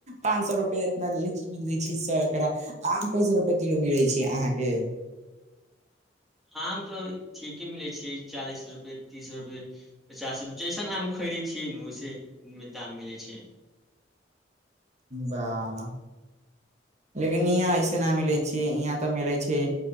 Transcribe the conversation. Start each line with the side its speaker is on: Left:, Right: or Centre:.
Right: पाँंच सए रुपआ इतना लीची मिल दै छै सएकरा आम कैसए रुपए किलो मिलै छै अहाँके
Centre: आम तऽ ठीके मिलै छियै चालीस रुपे तीस रुपे पचास रुप जैसन आम खरीदे छियै ने ओैसे मे दाम मिलैत छै
Right: बाह। लेकिन यहाँ ऐसे नहि मिलै छियै यहाँ तऽ मिलै छियै